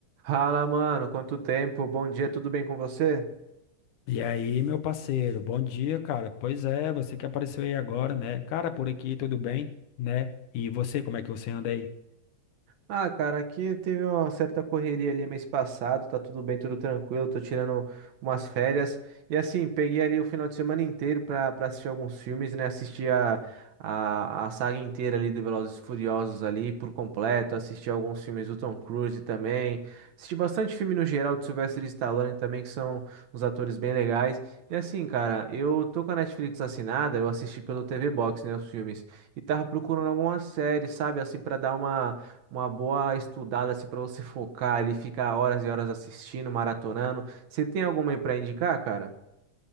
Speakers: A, on the right (about 65°); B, on the left (about 80°).
A: Fala, mano, quanto tempo? Bom dia, tudo bem com você?
B: E aí, meu parceiro, bom dia, cara. Pois é, você que apareceu aí agora, né? Cara, por aqui tudo bem, né? E você, como é que você anda aí?
A: Ah, cara, aqui teve uma certa correria ali mês passado, tá tudo bem, tudo tranquilo, tô tirando umas férias. E assim, peguei ali o final de semana inteiro pra, pra assistir alguns filmes, né? Assisti a, a, a saga inteira ali do Velozes e Furiosos ali por completo, assisti alguns filmes do Tom Cruise também. Assisti bastante filme no geral do Sylvester Stallone também, que são uns atores bem legais. E assim, cara, eu tô com a Netflix assinada, eu assisti pelo TV Box, né, os filmes. E tava procurando alguma série, sabe, assim, pra dar uma uma boa estudada assim para você focar ali, ficar horas e horas assistindo, maratonando. Você tem alguma aí para indicar, cara?